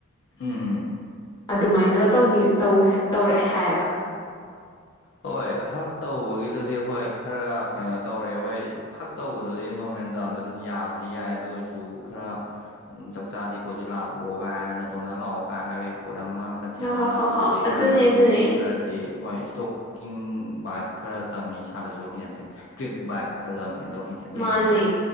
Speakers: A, on the left; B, on the left.
A: ꯎꯝꯝ
B: ꯑꯗꯨꯃꯥꯏꯅꯒ ꯇꯧꯔꯛꯑꯦ ꯍꯥꯏꯌꯦꯕ
A: ꯍꯣꯏ ꯍꯛ ꯇꯧꯕꯒꯤꯗꯨꯗꯤ ꯍꯣꯏ ꯈꯔ ꯀꯩꯅꯣ ꯇꯧꯔꯦ ꯍꯣꯏ ꯍꯛ ꯇꯧꯕꯗꯨꯗꯤ ꯅꯣꯔꯃꯦꯜ ꯗꯥꯔꯝꯗ ꯌꯥꯕꯗꯤ ꯌꯥꯏ ꯑꯗꯨ ꯑꯣꯏꯔꯁꯨ ꯈꯔ ꯆꯥꯛ ꯆꯥꯁꯤ ꯈꯣꯠꯁꯤ ꯂꯥꯛꯞꯄꯣꯛꯑꯣ ꯀꯥꯏ ꯇꯣꯟꯗ ꯂꯥꯛꯑꯣ ꯀꯥꯏ ꯍꯥꯏꯕ ꯄꯣꯠ ꯑꯃ ꯀꯟꯁꯦꯞ
B: ꯍꯣ
A: ꯑꯃ
B: ꯍꯣ
A: ꯂꯥꯛꯄꯗꯨꯗꯤ
B: ꯍꯣ ꯍꯣ ꯑꯗꯨꯅꯦ
A: ꯈꯔꯁꯨ ꯑꯗꯨꯒꯤꯗꯤ
B: ꯑꯗꯨꯅꯦ
A: ꯈꯔꯗꯤ ꯍꯣꯏ ꯏꯁ꯭ꯇꯣꯛ ꯀꯤꯡ ꯕꯥꯏꯞ ꯈꯔ ꯆꯪꯏ ꯏꯁꯥꯗꯁꯨ ꯍꯩꯅꯗꯦ ꯇ꯭ꯔꯤꯞ ꯕꯥꯏꯞ ꯈꯔ ꯆꯪꯏꯤ ꯑꯗꯣ ꯍꯩꯅꯗꯤ
B: ꯃꯥꯅꯦ
A: ꯍꯩꯅꯗꯦ